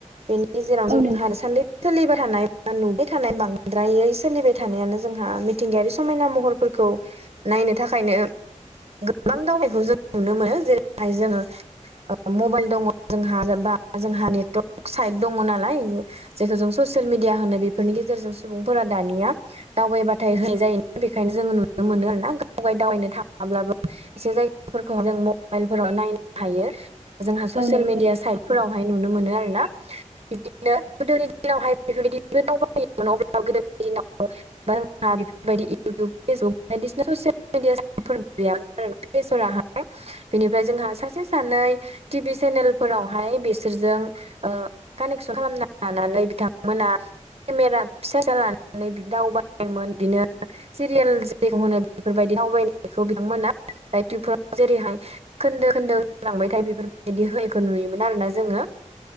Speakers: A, on the right; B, on the right.
A: बेनि गेजेराव
B: औ
A: जोंहा
B: नोंथां
A: सानै सोलिबाय थानाया नुबाय थानाय बांद्रायै सोलिबाय थानायानो जोंहा मिथिंगायारि समायना महरफोरखौ नायनो थाखायनो गोबां दावबायखौ जों नुनो मोनो जेरैहाय जोङो ओ मबाइल दङ जोंहा बा जोंहा नेटवर्क साइट दङ नालाय जेखौ जों ससियेल मिडिया होनो बेफोरनि गेजेरजों सुबुंफोरा दानिया दावबायबाथाय होनाय जायोना बेखायनो जोङो नुनो मोनो आरोना गाव दावबायनो थाङाब्लाबो एसे जायगाफोरखौ जों मबाइलफोराव नायनो हायो जोंहा ससियेल
B: औ नंगौ
A: मिडिया
B: नोंथां
A: साइट फोरावहाय नुनो मोनो आरोना बिबदिनो गोदोनि दिनावहाय बेफोरबायदि बि दावबाया अब्ला गोदो दिनाव बा जोंहा बेफोरबायदि इउटुब फेसबुक बायदिसिना ससियेल मिडिया फोर गैयामोन आरो बेसराहाय बिनिफ्राय जोंहा सासे सानै टिभि सेनेलफोरावहाय बिसोरजों ओ कानेक्सन खालामना लानानै बिथांमोना केमेरा फिसाचार लानानै बिदि दाउबायोमोन बिदिनो सिरियाल जेरै होनो बेफोरबायदि दावबायनायखौ बिथांमोना दायुबफोराव जेरैहाय खोन्दो खोन्दो होलांबायथाय बेफोरबायदि होयिखौ नुयोमोन आरोना जोङो